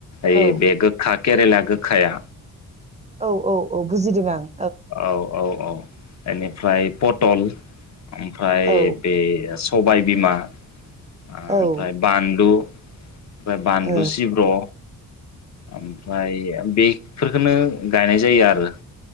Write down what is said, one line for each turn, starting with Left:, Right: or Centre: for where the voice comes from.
Left: ओय
Right: औ
Left: बे गोखा केरेला गोखाया
Right: औ औ औ बुजिदों आं।
Left: औ औ औ। बेनिफ्राय पटल ओमफ्राय
Right: औ
Left: बे स सबाय बिमा ओमफ्राय
Right: औ ओ
Left: बान्लु ओमफ्राय बानलु
Right: औ
Left: सिब्र'। ओमफ्राय बि बेफोरखौनो गायनाय जायो आरो।